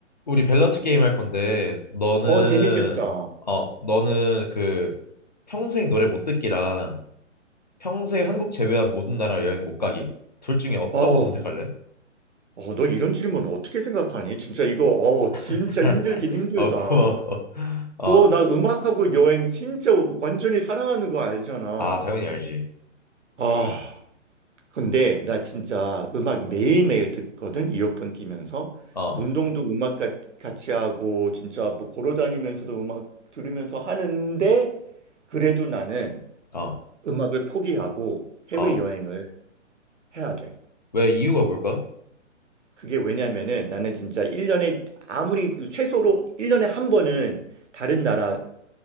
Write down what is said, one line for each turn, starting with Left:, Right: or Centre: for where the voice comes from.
Left: 우리 밸런스 게임 할 건데 너는
Right: 어, 재밌겠다. 어,
Left: 어 너는 그 평생 노래 못 듣기랑 평생 한국 제외한 모든 나라 여행 못 가기 둘 중에 어떤
Right: 어,
Left: 거 선택할래?
Right: 어, 너 이런 질문 어떻게 생각하니? 진짜 이거, 어, 진짜
Left: <laughs>
Right: 힘들긴 힘들다.
Left: 어 고마워. 어.
Right: 너 나 음악하고 여행 진짜 완전히 사랑하는 거 알잖아.
Left: 아 당연히 알지.
Right: 아, 근데 나 진짜 음악 매일매일 듣거든, 이어폰 끼면서.
Left: 어.
Right: 운동도 음악 같- 같이 하고, 진짜 뭐 걸어다니면서도 음악 들으면서 하는데, 그래도 나는
Left: 어.
Right: 음악을 포기하고 해외여행을
Left: 어.
Right: 해야 돼.
Left: 왜 이유가 뭘까?
Right: 그게 왜냐면은 나는 진짜 1년에 아무리 최소로 1년에 한 번은 다른 나라